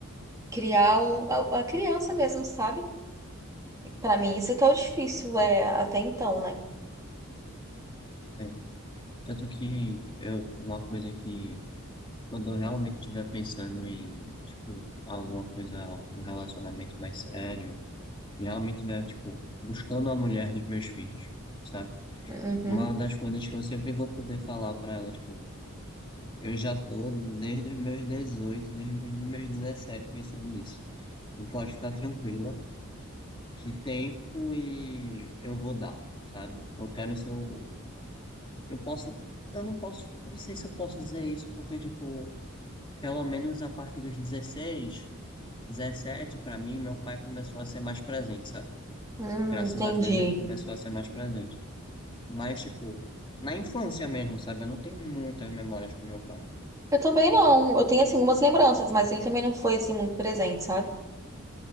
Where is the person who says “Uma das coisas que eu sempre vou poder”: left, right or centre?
Left